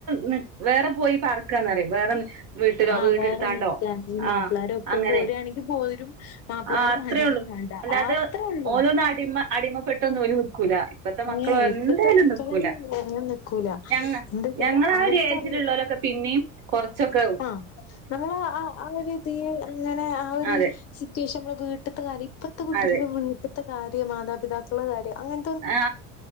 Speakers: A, on the right; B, on the left.
A: ന്ന് വേറെ പോയി പാർക്കാന്നറിം വേറെ വീട്ടിലോ
B: ആ
A: വീട്
B: വേറെ
A: ഇട്ത്താണ്ടോ
B: നിക്കാണെങ്കി
A: ആ
B: മാപ്പിളാരെ ഒപ്പം
A: അങ്ങനെ
B: പോരാണെങ്കി പോരും മാപ്പിളാര്
A: ആ അത്രെ
B: വേണ്ടെങ്കി
A: ഒള്ളൂ
B: വേണ്ട
A: അല്ലാതെ
B: അത്രേ ഉള്ളൂ
A: ഓലോന്ന് അടിമ അടിമപ്പെട്ടന്ന് ഓല് നി ക്കൂല ഇപ്പത്തെ മക്കള്
B: ഏ
A: എന്തായാലും
B: ഇപ്പത്തെ മക്കളൊന്നും
A: നിക്കൂല.
B: അങ്ങനെ നിക്കൂല
A: ഞങ്ങ
B: എന്താച്ചാല്
A: ഞങ്ങള ആ
B: അവർക്ക്
A: ഒര് ഏജിലുള്ളാലൊക്കെ പിന്നിം കൊർച്ചൊക്ക
B: ആ നമ്മള് ആ ആ ഒരിതീ അങ്ങനെ ആ ഒരി
A: അതെ
B: സിറ്റുവേഷൻ മ്മളെ വീട്ട്ത്തെ കാര്യം ഇപ്പത്തെ കുട്ടിഴൾക്ക്
A: അതെ
B: വീട്ട്ത്ത കാര്യം മാതാപിതാക്കളെ കാര്യോ അങ്ങൻ
A: ആ